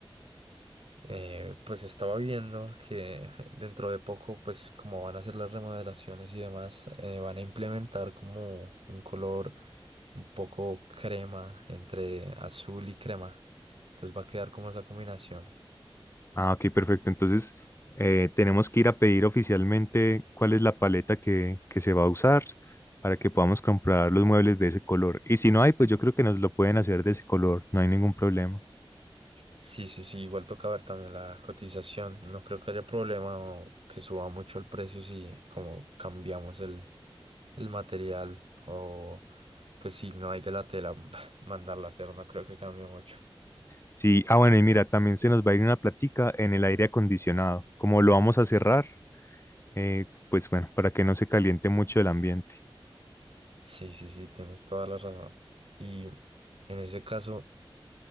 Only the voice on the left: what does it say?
Ah, ok, perfecto. Entonces, eh, tenemos que ir a pedir oficialmente cuál es la paleta que, que se va a usar para que podamos comprar los muebles de ese color. Y si no hay, pues yo creo que nos lo pueden hacer de ese color, no hay ningún problema.
Sí, ah, bueno, y mira, también se nos va a ir una plática en el aire acondicionado. Como lo vamos a cerrar, eh, pues bueno, para que no se caliente mucho el ambiente.